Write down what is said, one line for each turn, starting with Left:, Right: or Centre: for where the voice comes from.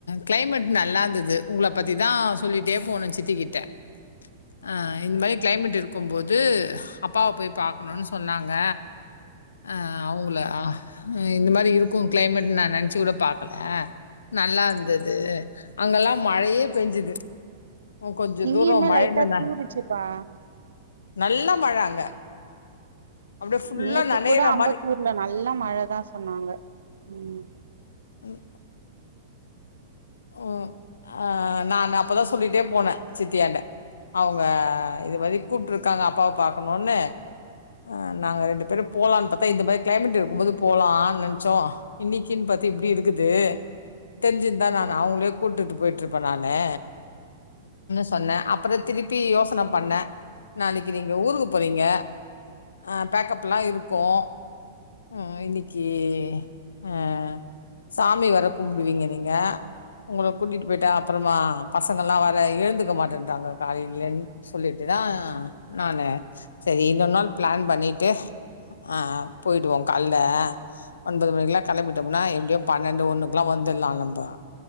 Left: கிளைமேட் நல்லா இருந்தது உங்கள பத்திதா சொல்லிட்டே போனோ சித்திக்கிட்டே ஆ இந்த மாரி கிளைமேட் இருக்கும்போது அப்பாவ போய் பாக்கணுன்னு சொன்னாங்க ஆ அவுங்கள இந்த மாரி இருக்கு கிளைமேட் நா நெனச்சு கூட பாக்கல நல்லா இருந்தது அங்கெல்லா மழையே பேஞ்சுது உ கொஞ்ச
Right: இங்கேயுமே
Left: தூரோ மழையில
Right: லைட்டா
Left: ந
Right: தூருச்சுப்பா
Left: நல்ல மழ அங்க அப்படியே ஃபுல்லா
Right: நேத்து
Left: நனையிற
Right: கூடோ அம்பத்தூர்
Left: மாரி.
Right: இங்க நல்ல மழதா சொன்னாங்க ம்
Left: ம் ம் ஆ நானு அப்பதா சொல்லிட்டே போன சித்தியாண்ட அவுங்க இது மாரி கூப்ட்டு இருக்காங்க அப்பாவ பாக்கணுனு ஆ நாங்க ரெண்டு பேரும் போலான்னு பாத்தா இந்த மாரி கிளைமேட் இருக்கும் போது போகலான் நெனைச்சோ இன்னைக்கின் பாத்து இப்டி இருக்குது தெரிஞ்சிருந்தா நானு நா உங்கள கூட்டுட்டு போயிட்டு இருப்ப நானு சொன்ன அப்புறம் திருப்பி யோசன பண்ண நாளைக்கு நீங்க ஊருக்கு போறீங்க அ பேக்கப் எல்லா இருக்கும் ஆ இன்னைக்கு ஆ சாமி வேற கும்புடுவீங்க நீங்க உங்கள கூட்டிட்டு போயிட்டா அப்புறமா பசங்க எல்லா வேற எழுந்துக்க மாட்டேன்ட்றாங்க காலையிலன்னு சொல்லிட்டுதா நானு சேரி இன்னொரு நாள் பிளான் பண்ணிட்டு ஆ போயிடுவோம் காலையில ஒன்பது மணிக்கெல்லா கெளம்பிட்டோம்னா எப்டியோ பன்னெண்டு ஒண்ணுக்கெல்லாம் வந்துடலாலம்ப்பா